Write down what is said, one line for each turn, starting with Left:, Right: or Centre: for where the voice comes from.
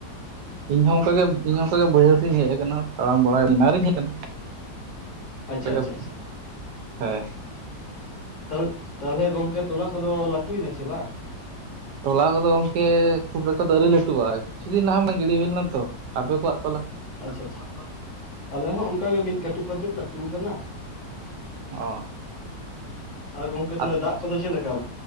Right: ᱤᱧ ᱦᱚᱸ ᱚᱝᱠᱟᱜᱮ, ᱤᱧ ᱦᱚᱸ ᱚᱱᱠᱟ ᱜᱮ ᱵᱟᱹᱭᱦᱟᱹᱲ ᱥᱮᱫ ᱤᱧ ᱦᱮᱡ ᱟᱠᱟᱱᱟ᱾ ᱛᱟᱲᱟᱢ ᱵᱟᱲᱟᱭ ᱮᱱᱟᱝ ᱨᱤᱧ ᱦᱮᱡ ᱟᱠᱟᱱᱟ
Left: ᱟᱪᱪᱷᱟ ᱟᱪᱪᱷᱟ
Right: <unintelligible>
Left: ᱟᱪᱪᱷᱟ
Right: ᱦᱮᱸ᱾
Left: ᱛᱟᱞ-ᱛᱟᱦᱚᱞᱮ ᱜᱚᱝᱠᱮ ᱛᱚᱞᱟ ᱠᱚᱫᱚ ᱞᱟᱹᱴᱩᱭᱱᱟ ᱥᱮ ᱵᱟᱝ?
Right: ᱛᱚᱞᱟ ᱠᱚᱫᱚ ᱜᱚᱝᱠᱮ ᱠᱷᱩᱵ ᱮᱠᱴᱟ ᱫᱚ ᱟᱹᱣᱨᱤ ᱞᱟᱹᱴᱩᱜ-ᱟ ᱠᱤᱪᱷᱩ ᱫᱤᱱ ᱞᱟᱦᱟ ᱢᱟ ᱜᱤᱲᱤ ᱦᱩᱭ ᱞᱮᱱᱟ ᱛᱚ, ᱟᱯᱮ ᱠᱚᱣᱟᱜ ᱛᱚᱞᱟ
Left: ᱟᱪᱪᱷᱟ ᱟᱪᱪᱷᱟ, ᱟᱞᱮ ᱦᱚᱸ ᱚᱱᱠᱟ ᱜᱮ ᱢᱤᱫ ᱠᱟᱹᱴᱩᱵ ᱠᱟᱛᱮᱫ ᱞᱟᱹᱴᱩ ᱟᱠᱟᱱᱟ ᱾
Right: ᱚ᱾
Left: ᱟ ᱜᱚᱝᱠᱮ ᱛᱟᱦᱚᱞᱮ
Right: ᱟᱨ
Left: ᱫᱟᱜ ᱠᱚᱫᱚ ᱪᱮᱫ ᱞᱮᱠᱟ?